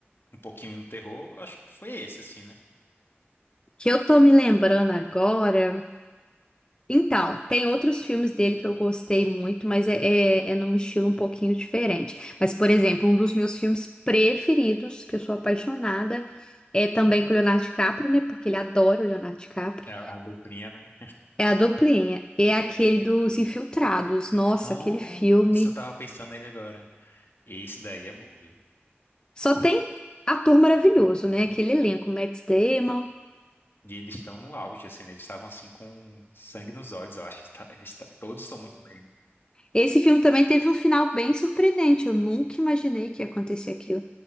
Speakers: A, on the left (about 60°); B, on the left (about 20°).
A: um pouquinho no terror. Acho que foi esse, assim, né?
B: Que eu tô me lembrando agora, Então, tem outros filmes dele que eu gostei muito, mas é, é, é num estilo um pouquinho diferente. Mas, por exemplo, um dos meus filmes preferidos, que eu sou apaixonada, é também com o Leonardo DiCaprio, né? Porque ele adora o Leonardo DiCaprio.
A: É, a duplinha, né?
B: É a Duplinha. É aquele dos Infiltrados. Nossa,
A: Nossa,
B: aquele filme.
A: eu tava pensando nele agora. Esse daí é bom, viu?
B: Só tem ator maravilhoso, né? Aquele elenco, Matt Damon.
A: E eles estão no auge, assim, né? Eles estavam assim com sangue nos olhos, eu acho. <laughs> Tá- Eles tá- todos estão muito bem, né?
B: Esse filme também teve um final bem surpreendente. Eu nunca imaginei que ia acontecer aquilo.